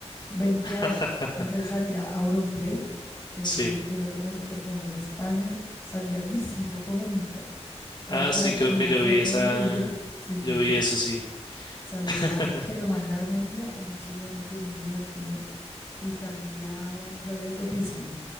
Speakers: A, on the left (about 20°); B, on the left (about 40°).
A: 20
B: <laughs>
A: años. Entonces salía Auronplay, que
B: sí.
A: es un youtuber como súper famoso de España, salía Luisito Comunica, pero
B: Ah,
A: claro,
B: sí, creo
A: en
B: que
A: una
B: yo
A: foto
B: vi esa.
A: horrible, sí, sí,
B: Yo
A: sí.
B: vi eso, sí.
A: Salía
B: <laughs>
A: Germán Garmendia, un chileno que es muy divertido, y salía, salía otro pisco.